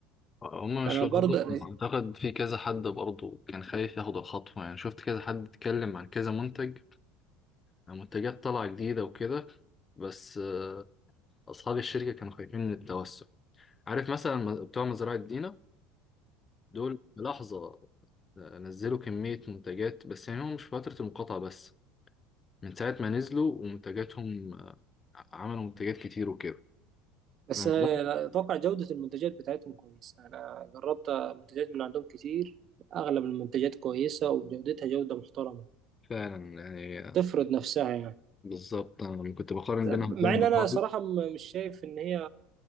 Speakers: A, on the left (about 25°); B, on the right (about 45°).
A: هما مش
B: فأنا
A: لوحدهم
B: برضه
A: أعتقد في كذا حد برضو كان خايف ياخد الخطوة يعني شفت كذا حد اتكلم عن كذا منتج منتجات طالعة جديدة وكده بس آه، أصحاب الشركة كانوا خايفين من التوسع عارف مثلا م- بتوع مزرعة دينا دول في لحظة آه، نزلوا كمية منتجات بس يعني هم مش في فترة المقاطعة بس من ساعة ما نزلوا ومنتجاتهم آه، عملوا منتجات كتير وكده
B: بس
A: أنا
B: آه،
A: بدأت
B: اتوقع جودة المنتجات بتاعتهم كويسة انا جربت منتجات من عندهم كتير اغلب المنتجات كويسة وجودتها جودة محترمة
A: فعلا يعني آه،
B: تفرض نفسها يعني
A: بالظبط أنا لما كنت بقارن بينهم
B: مع
A: وبين المطاعم
B: ان انا صراحة م- مش شايف ان هي